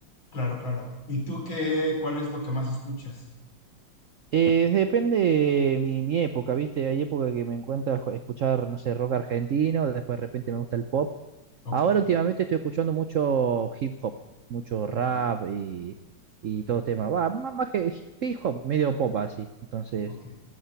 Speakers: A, on the left; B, on the right.
A: Claro, claro. ¿Y tú qué, cuál es lo que más escuchas?
B: Eh, depende mi, mi época, ¿viste? Hay época que me encuentra jo- escuchar, no sé, rock argentino, después de repente me gusta el pop.
A: Ok,
B: Ahora últimamente estoy escuchando mucho hip hop, mucho
A: ok,
B: rap y, y todo tema. Va, má- más que hip hop, medio pop así. Entonces,
A: ok.